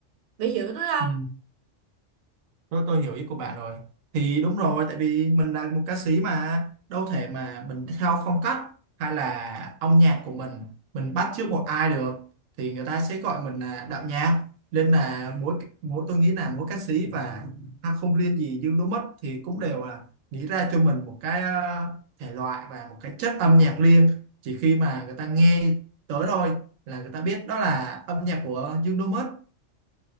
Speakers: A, on the right (about 60°); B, on the right (about 85°).
A: Bị hiểu tôi không?
B: ừ. Tôi tôi hiểu ý của bạn rồi. Thì đúng rồi, tại vì mình là một ca sĩ mà đâu thể mà mình theo phong cách hay là âm nhạc của mình mình bắt chước một ai được thì người ta sẽ gọi mình là đạo nhạc. Nên là mỗi mỗi tôi nghĩ là mỗi ca sĩ và ha, không riêng gì Dương Đỗ Mất thì cũng đều là nghĩ ra cho mình một cái ờ, thể loại và một cái chất âm nhạc riêng. Chỉ khi mà người ta nghe tới thôi là người ta biết đó là âm nhạc của Dương Đỗ Mất